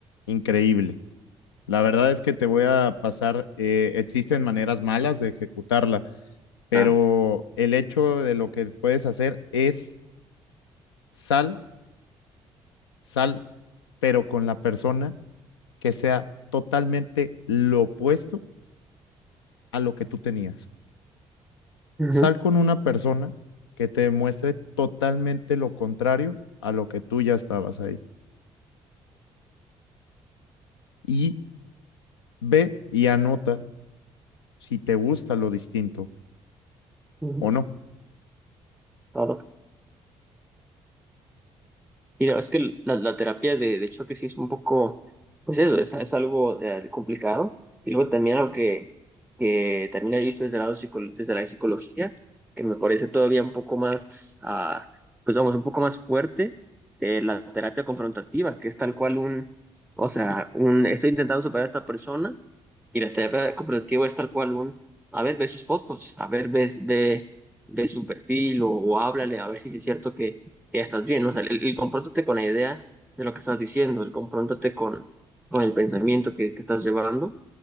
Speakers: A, on the left; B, in the centre.
A: Increíble. La verdad es que te voy a pasar, eh, existen maneras malas de ejecutarla pero
B: Claro.
A: el hecho de lo que puedes hacer es sal, sal, pero con la persona que sea totalmente lo opuesto a lo que tú tenías.
B: Ujú,
A: Sal con una persona que te demuestre totalmente lo contrario a lo que tú ya estabas ahí. Y ve y anota si te gusta lo distinto
B: ujú.
A: o no.
B: Ahora, Y la verdad es que la, la terapia de, de choque sí es un poco, pues eso, es, es algo eh, complicado. Y luego también algo que, que también he visto desde el lado psico- desde la psicología, que me parece todavía un poco más, ah, pues vamos, un poco más fuerte, eh, la terapia confrontativa, que es tal cual un, o sea, un, estoy intentando superar a esta persona, y la terapia confrontativa es tal cual un, a ver, ve sus fotos, a ver, ve, ve, ve su perfil, o, o háblale, a ver si es cierto que que ya estás bien. O sea, el, el confróntate con la idea de lo que estás diciendo, el confróntate con, con el pensamiento que, que estás llevando,